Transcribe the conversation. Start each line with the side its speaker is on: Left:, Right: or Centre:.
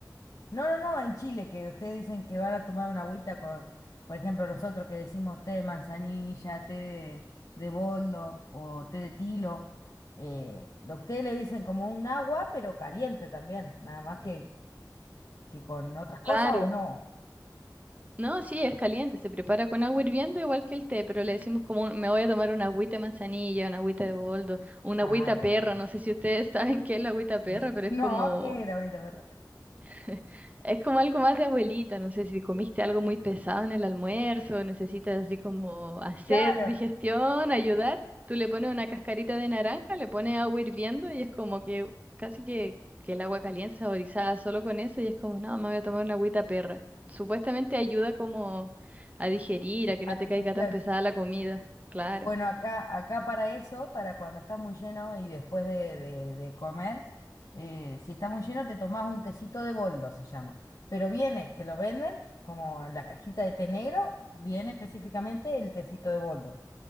Left: No, no, no, en Chile, que ustedes dicen que van a tomar una agüita con, por ejemplo, nosotros que decimos té de manzanilla, té de, de boldo o té de tilo, eh, lo ustedes le dicen como un agua, pero caliente también, nada más que, que con otras cosas
Right: Claro.
Left: o no.
Right: No, sí, es caliente. Se prepara con agua hirviendo igual que el té, pero le decimos como un- me voy a tomar una agüita de manzanilla, una agüita de boldo, una
Left: Ay,
Right: agüita
Left: pero
Right: perro. No sé si ustedes <laughs> saben qué es la agüita perra,
Left: <laughs>
Right: pero
Left: no,
Right: es como
Left: ¿qué es el agüita, perro?
Right: <laughs> Es como algo más de abuelita, no sé si comiste algo muy pesado en el almuerzo, necesitas así como hacer
Left: Claro,
Right: digestión, ayudar, tú le pones una cascarita de naranja, le pones agua hirviendo y es como que casi que, que el agua caliente saborizada solo con eso y es como, no, me voy a tomar una agüita perra. Supuestamente ayuda como a digerir, a que
Left: a
Right: no
Left: la
Right: te
Left: digestión.
Right: caiga tan pesada la comida. Claro,
Left: Bueno, acá, acá para eso, para cuando está muy lleno y después de, de- de comer, eh, si está muy lleno te tomás un tecito de boldo, se llama. Pero viene, te lo venden como en la cajita de té negro, viene específicamente el tecito de boldo,